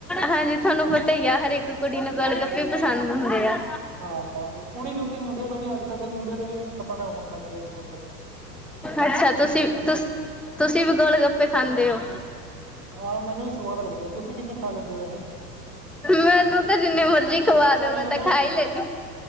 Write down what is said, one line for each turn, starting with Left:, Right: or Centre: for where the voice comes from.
Centre: ਹਾਂਜੀ, ਥੋਂਨੂੰ ਪਤਾ ਈ ਆ ਹਰੇਕ ਕੁੜੀ ਨੂੰ ਗੋਲ- ਗੱਪੇ ਈ ਪਸੰਦ ਹੁੰਦੇ ਆ।
Right: ਹਾਂ, ਕੁੜੀ ਨੂੰ ਕਿ ਮੁੰਡੇਆਂ ਨੂੰ ਵੀ ਅੱਜ-ਕੱਲ ਤੇ ਮੁੰਡੇਆਂ ਤੇ ਵੀ, ਪਸੰਦ ਓਣ ਲੱਗ ਗ ਗੋਲ-ਗ
Centre: ਅੱਛਾ ਤੁਸੀਂ, ਤੁਸ, ਤੂਸੀ ਵੀ ਗੋਲ਼, ਗੱਪੇ ਖਾਂਦੇ ਓ?
Right: ਆ ਮੈਨੂੰ ਵੀ ਸਵਾਦ ਲੱਗਦੈ, ਤੁਸੀਂ ਕਿੰਨੇ ਖਾ ਲੈਂਦੇ ਹੋ ਵੈਸੇ?
Centre: ਮੈਨੂੰ ਤੇ ਜਿੰਨੇ ਮਰਜੀ ਖਵਾ
Right: ਚਾਲੀ
Centre: ਦੋ ਮੈਂ
Right: ਪੰਜਾਹ
Centre: ਤਾਂ ਖਾ ਈ ਲੈਨੀ